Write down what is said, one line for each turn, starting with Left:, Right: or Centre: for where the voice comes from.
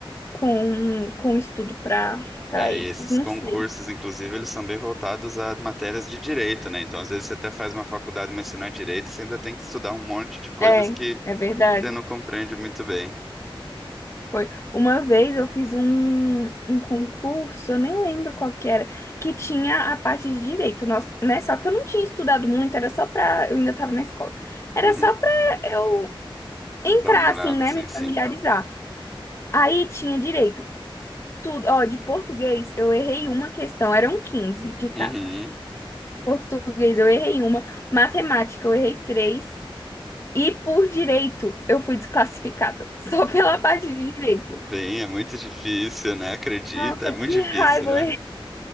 Left: com, com estudo pra, pra
Centre: É,
Left: esses.
Centre: e esses
Left: Não
Centre: concursos,
Left: sei.
Centre: inclusive, eles são bem voltados a matérias de direito, né? Então, às vezes, você até faz uma faculdade, mas se não é direito, você ainda tem que estudar um monte de coisas
Left: É,
Centre: que
Left: é verdade.
Centre: você não compreende muito bem.
Left: Foi. Uma vez eu fiz um, um concurso, eu nem lembro qual que era, que tinha a parte de direito, nós, né? Só que eu não tinha estudado muito, era só pra. Eu ainda tava na escola. Era
Centre: Uhum.
Left: só pra eu
Centre: Dá
Left: entrar,
Centre: uma olhada,
Left: assim, né?
Centre: sim,
Left: Me familiarizar.
Centre: sim.
Left: Aí tinha direito. Tudo, ó, de português eu errei uma questão, eram quinze de cada.
Centre: Uhum.
Left: Português eu errei uma, matemática eu errei três, e por direito eu fui desclassificada, <laughs> só pela parte de direito.
Centre: Sim, é muito difícil, né? Acredita,
Left: Nossa,
Centre: é muito
Left: que
Centre: difícil,
Left: raiva!
Centre: né?